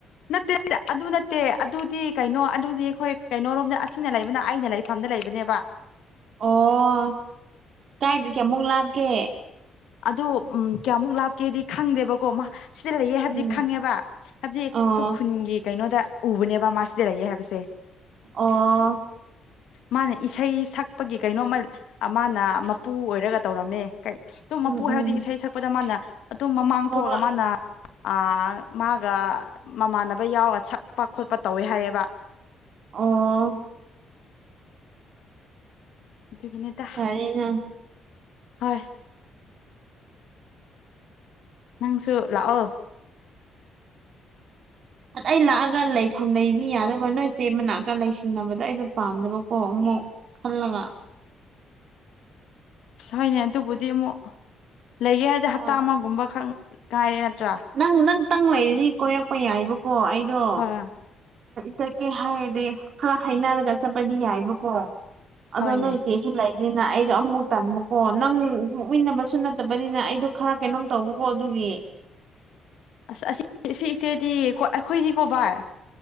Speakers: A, on the left; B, on the right.
A: ꯅꯠꯇꯦ ꯑꯗꯨ ꯅꯠꯇꯦ ꯑꯗꯨꯗꯤ ꯀꯩꯅꯣ ꯑꯗꯨꯗꯤ ꯑꯩꯈꯣꯏ ꯀꯩꯅꯣꯔꯣꯝꯗ ꯑꯁꯤꯅ ꯂꯩꯕꯅ ꯑꯩꯅ ꯂꯩ ꯐꯝꯗ ꯂꯩꯕꯅꯦꯕ
B: ꯑꯣ ꯀꯥꯏꯗꯒꯤ ꯑꯃꯨꯛ ꯂꯥꯞꯀꯦ
A: ꯑꯗꯣ ꯎꯝ ꯀꯌꯥꯃꯨꯛ ꯂꯥꯞꯀꯦꯗꯤ ꯈꯪꯗꯦꯕꯀꯣ ꯃꯥ ꯁꯤꯗ ꯂꯩꯌꯦ ꯍꯥꯏꯕꯗꯤ
B: ꯎꯝ
A: ꯈꯪꯉꯦꯕ ꯍꯥꯏꯕꯗꯤ
B: ꯑꯣ
A: ꯑꯈꯣꯏ ꯈꯨꯟꯒꯤ ꯀꯩꯅꯣꯗ ꯎꯕꯅꯦꯕ ꯃꯥ ꯁꯤꯗ ꯂꯩꯌꯦ ꯍꯥꯏꯕꯁꯦ
B: ꯑꯣ
A: ꯃꯥꯅ ꯏꯁꯩ ꯁꯛꯄꯒꯤ ꯀꯩꯅꯣꯝꯃ ꯑ ꯃꯥꯅ ꯃꯄꯨ ꯑꯣꯏꯔꯒ ꯇꯧꯔꯝꯃꯦ ꯀꯩ ꯗꯨꯝ
B: ꯎꯝ
A: ꯃꯄꯨ
B: ꯎꯝ
A: ꯍꯥꯏꯕꯗꯤ ꯏꯁꯩ ꯁꯛꯄꯗ ꯃꯥꯅ ꯑꯗꯨꯝ ꯃꯃꯥꯡ
B: ꯍꯣꯏ
A: ꯊꯣꯛꯑꯒ
B: ꯍꯣꯏ
A: ꯃꯥꯅ ꯑ ꯃꯥꯒ ꯃꯃꯥꯟꯅꯕ ꯌꯥꯎꯔ ꯁꯛꯄ ꯈꯣꯠꯄ ꯇꯧꯋꯦ ꯍꯥꯏꯌꯦꯕ
B: ꯑꯣ
A: ꯑꯗꯨꯒꯤꯅꯤꯗ
B: ꯐꯔꯦꯅ
A: ꯍꯣꯢ ꯅꯪꯁꯨ ꯂꯥꯛꯑꯣ
B: ꯑꯩ ꯂꯥꯛꯑꯒ ꯂꯩꯐꯝ ꯂꯩꯅꯤ ꯌꯥꯗꯕ ꯅꯣꯏ ꯃꯅꯛꯇ ꯂꯩꯁꯤꯟꯅꯕꯗꯣ ꯑꯩꯗꯣ ꯄꯥꯝꯗꯕꯀꯣ ꯃꯨꯛ ꯈꯜꯂꯒ
A: ꯍꯣꯏꯅꯦ ꯑꯗꯨꯕꯨꯗꯤ ꯑꯃꯨꯛ ꯂꯩꯒꯦ ꯍꯥꯏꯗꯤ
B: ꯍꯣꯏ
A: ꯍꯞꯇꯥ ꯑꯃꯒꯨꯝꯕ ꯈꯛ ꯀꯥꯏꯔꯦ ꯅꯠꯇ꯭ꯔꯥ
B: ꯅꯪ ꯅꯪꯇꯪ ꯂꯩꯔꯗꯤ ꯀꯣꯏꯔꯛꯄ ꯌꯥꯏꯕꯀꯣ ꯑꯩꯗꯣ
A: ꯍꯣꯏ
B: ꯆꯠꯀꯦ ꯍꯥꯏꯔꯗꯤ ꯈꯔ ꯍꯥꯏꯅꯔꯒ ꯆꯠꯄꯗꯤ ꯌꯥꯏꯌꯦꯕꯀꯣ ꯑꯗꯣ
A: ꯍꯣꯏꯅꯦ
B: ꯅꯣꯏ ꯆꯦ ꯂꯩꯅꯤꯅ ꯑꯩꯗꯣ ꯑꯃꯨꯃꯨꯛ ꯇꯟꯕꯀꯣ ꯅꯪ ꯃꯨꯛꯃꯤꯟꯅꯕꯁꯨ ꯅꯠꯇꯕꯅꯤꯅ ꯑꯩꯗꯣ ꯈꯔ ꯀꯩꯅꯣꯝ ꯇꯧ ꯑꯗꯨꯒꯤ
A: ꯑꯁ ꯑꯁꯤ ꯁꯤ ꯏꯆꯦꯗꯤ ꯑꯈꯣꯏ ꯑꯩꯈꯣꯏꯗꯤꯀꯣ ꯚꯥꯏ